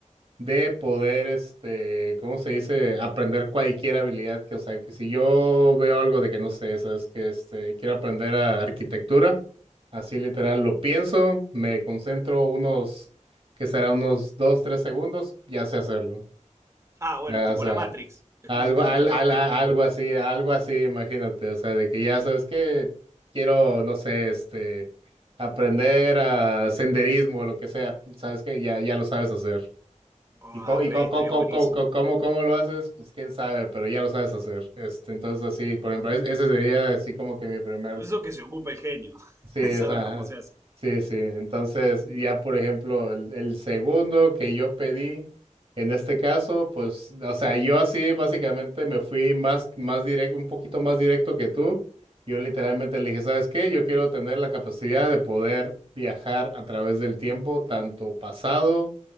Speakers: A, on the right; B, on the right.
A: de poder, este, ¿cómo se dice? Aprender cualquier habilidad que, o sea, que si yo veo algo de que no sé, sabes que este, quiero aprender a arquitectura, así literal lo pienso, me concentro unos, que será unos dos, tres segundos, ya sé hacerlo.
B: Ah, bueno,
A: Eh,
B: tipo
A: O sea,
B: la Matrix. Es
A: algo,
B: como si te
A: al,
B: lo enchufaste.
A: al- a- algo así, algo así, imagínate, o sea, de que ya sabes que quiero, no sé, este, aprender a senderismo o lo que sea, sabes que ya, ya lo sabes hacer.
B: Ah,
A: Y, co- y
B: re,
A: co-
B: estaría
A: co- co-
B: buenísimo.
A: co- co- cómo, cómo lo haces, pues quién sabe, pero ya lo sabes hacer. Este, entonces, así, por ejemplo, es- ese sería así como que mi primer,
B: Eso que se ocupe el genio. <laughs>
A: Sí, es,
B: Es Saber
A: ajá,
B: cómo se
A: es-
B: hace.
A: sí, sí. Entonces, ya por ejemplo, el, el segundo que yo pedí, en este caso, pues, o sea, yo así básicamente me fui más, más directo, un poquito más directo que tú. Yo literalmente le dije, ¿sabes qué? Yo quiero tener la capacidad de poder viajar a través del tiempo, tanto pasado